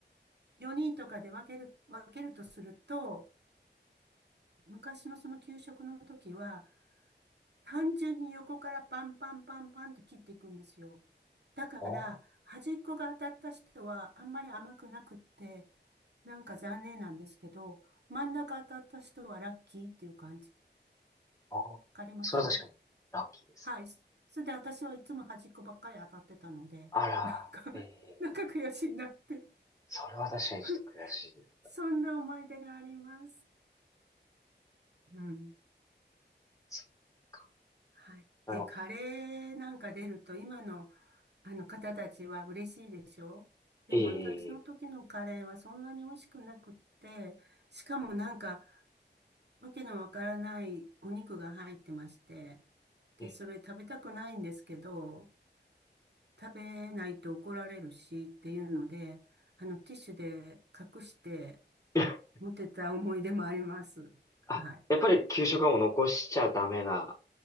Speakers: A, on the right; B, on the left.
A: 4人とかで分ける、分けるとすると、昔のその給食の時は、単純に横からパンパンパンパンって切っていくんですよ。だから、
B: あー
A: 端っこが当たった人はあんまり甘くなくって、なんか残念なんですけど、真ん中当たった人はラッキーっていう感じ。わ
B: あーそれは確かにラッキーですね
A: かりますはい。そそれで私はいつも端っこばっかり当たってたので、
B: あら、
A: なんか <laughs>
B: ええ
A: なんか悔しいなって
B: それは確かにちょっと悔しいですね。
A: <laughs> そんな思い出があります。うん。
B: そっか
A: はい。
B: でも、
A: で、カレーなんか出ると、今の、あの方たちは嬉しいでしょでも私の時のカレーはそんなに美味しくなくって、
B: ええ
A: しかもなんか、わけのわからないお肉が入ってまして、で、
B: ええ
A: それ食べたくないんですけど、食べないと怒られるしっていうので、あの、ティッシュで隠して
B: <laughs>
A: 持ってた思い出もあります。はい。
B: あ、やっぱり給食はもう残しちゃダメな、